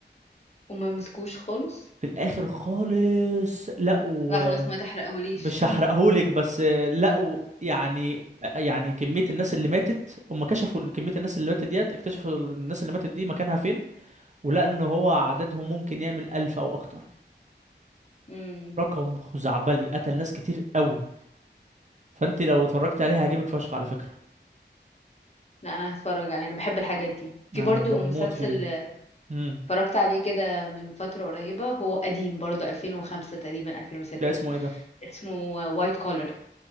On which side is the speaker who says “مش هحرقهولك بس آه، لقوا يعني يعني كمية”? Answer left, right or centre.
Right